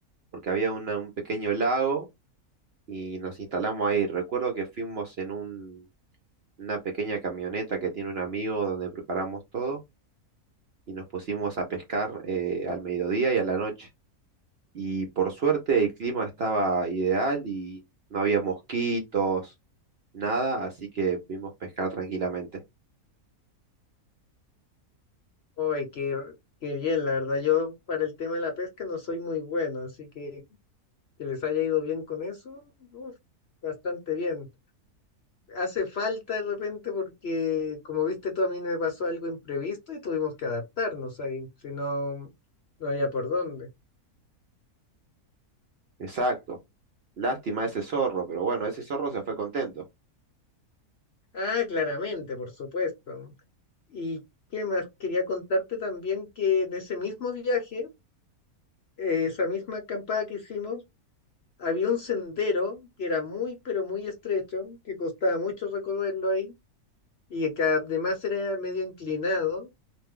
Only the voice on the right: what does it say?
porque había una- un pequeño lago y nos instalamos ahí. Recuerdo que fuimos en un- una pequeña camioneta que tiene un amigo donde preparamos todo y nos pusimos a pescar eh, al mediodía y a la noche. Y por suerte el clima estaba ideal y no había mosquitos, nada, así que pudimos pescar tranquilamente.
Exacto. Lástima ese zorro, pero bueno, ese zorro se fue contento.